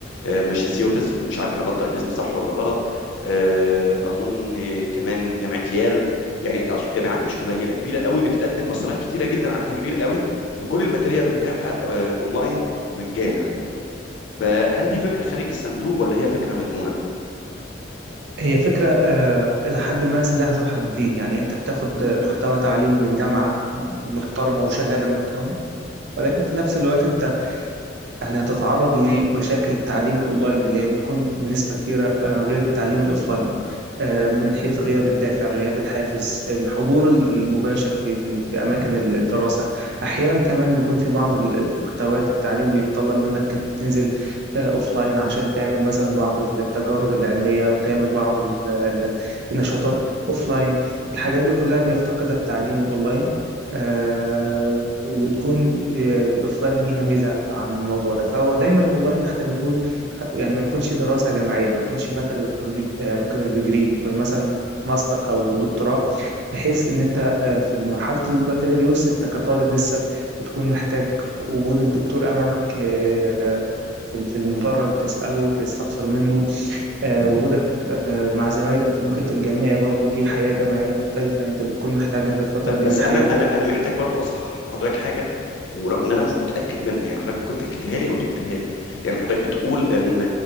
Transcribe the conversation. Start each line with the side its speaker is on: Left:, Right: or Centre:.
Left: آه، ماساتشوستس مش عارف انا بنطق الاسم صح ولا غلط آه، اظن آه، كمان جامعه يال يعني اقصد جامعات مش قليله كبيره قوي بتقدم مسارات كتيره جدا عددها كبير قوي وكل الماتيريال متاحه آه، اونلاين مجانا فهل دي فكره خارج الصندوق ولا هي فكره مجنونه
Right: هي فكرة آه، إلى حد ما سلاح ذو حدين يعني أنت بتاخد محتوى تعليمي من جامعة محترمة وشهادة محترمة ولكن في نفس الوقت أنت يعني هتتعرض لمشاكل التعليم الأونلاين اللي هي بتكون بنسبة كبيرة آه، غير التعليم الأوفلاين آه، من حيث غياب الدافع غياب الحافز الحضور ال- المباشر في في في اماكن ال- الدراسه احيانا كمان بيكون في بعض ال- المحتويات التعليم بيتطلب منك انت تنزل اوف لاين عشان تعمل مثلا بعض التجارب العلميه او تعمل بعض ال- ال- النشاطات اوف لاين الحاجات دي كلها بيفتقدها التعليم الاونلاين آه وتكون الاوف لاين ليها ميزه عن الموضوع ده فهو دايما الاونلاين احنا بنقول خ- يعني ما يكونش دراسة جامعية ما يكونش بكالور ديج- آه، بكالور ديجري يكون مثلا ماستر أو دكتوراه بحيث إن أنت آه، في مرحلة البكالوريوس أنت كطالب لسه بتكون محتاج وجود الدكتور أمامك آه، في في المدرج تسأله تستفسر منه آه، وجودك آه، مع زمايلك في المحيط الجامعي برضو دي حياة جامعية مختلفة أنت بتكون محتاجها في الفترة
Left: ب-
Right: دي
Left: بس
Right: من حياتك
Left: انا انا انا محتاج برضو اصحح لحضرتك حاجه ورغم ان انا مش متاكد منها يعني حضرتك ممكن تاكدها لي او تنفيها لي يعني حضرتك بتقول ان